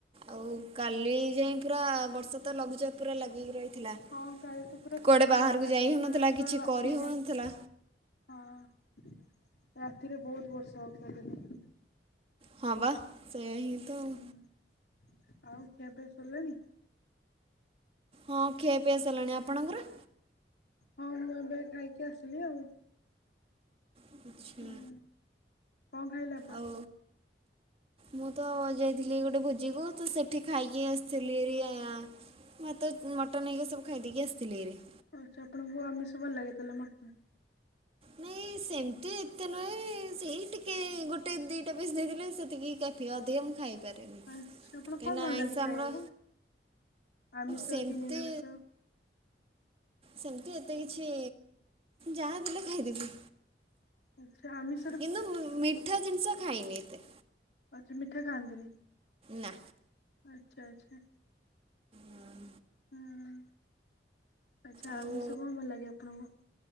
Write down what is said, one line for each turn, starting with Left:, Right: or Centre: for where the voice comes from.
Right: ଆଉ କାଲି ଯାଏଁ ପୁରା ବର୍ଷା ତ ଲଘୁଚାପ ପୁରା ଲାଗିକି ରହିଥିଲା।
Left: ହଁ କାଲି ତ ପୁରା
Right: କୁଆଡ଼େ
Left: ସକାଳୁ
Right: ବାହାରକୁ ଯାଇ ହେଉନଥିଲା
Left: <unintelligible>
Right: କିଛି
Left: ରାତି
Right: କରି ହେଉନଥିଲା।
Left: ଯାଏଁ। ହଁ ରାତିରେ ବହୁତ ବର୍ଷା ହଉଥିଲା କାଲି।
Right: ହଁ ବା ସେଇୟା ହିଁ ତ। ଆଉ।
Left: ହଁ ଆଉ ଖିଆ ପିଆ ସରିଲାଣିି?
Right: ହଁ ଖିଆ ପିଆ ସାରିଲାଣି ଆପଣଙ୍କର?
Left: ହଁ ମୁଁ ଏବେ ଖାଇକି ଆସିଲି ଆଉ
Right: ଆଚ୍ଛା
Left: ହଁ‌। କଣ ଖାଇଲେ ଆ
Right: ଆଉ ମୁଁ ତ ଯାଇଥିଲି ଗୋଟେ ଭୋଜିକୁ ତ ସେଠି ଖାଇକି ଆସିଥିଲି ଆରି ଆଁ ମୁଁ ତ ମଟନ୍ ହେଇକା ସବୁ ଖାଇଦେଇକି ଆସିଥିଲି ହାରି।
Left: ଆଛା ତମକୁ ଆମିଷ ଭଲ ଲାଗେ ତାହେଲେ ମଟନ୍।?
Right: ନାଇଁ ସେମିତି ଏତେ ନୁହେଁ ସେଇ ଟିକେ ଗୋଟେ ଦିଟା ପିସ୍ ଦେଇଥିଲେ ସେତିକି କାଫି ଅଧିକ ମୁଁ ଖାଏନି ପାରେନି
Left: ଆଚ୍ଛା ଆପଣ
Right: କାହିଁ
Left: କଣ
Right: ନା
Left: ଭଲ
Right: ଆଇଁଷ
Left: ଲାଗେ ଖାଇବାକୁ?
Right: ଆମର
Left: ଆମିଷ
Right: ସେମତି
Left: କି ନିରାମିଷ?
Right: ସେମିତି ଏତେ କିଛି ଯାହା ଦେଲେ ଖାଇଦେବି।
Left: ଆଚ୍ଛା ଆମିସ୍
Right: କିନ୍ତୁ ମି ମିଠା ଜିନିଷ ଖାଇନି ଏତେ।
Left: ଆଛା ମିଠା ଖାଆନ୍ତିନି।
Right: ନା।
Left: ଆଚ୍ଛା ଆଚ୍ଛା।
Right: ହଁ।
Left: ହୁଁ ଆଚ୍ଛା
Right: ଆଉ
Left: ଆମିଷ କଣ ଭଲ ଲାଗେ ଆପଣଙ୍କୁ?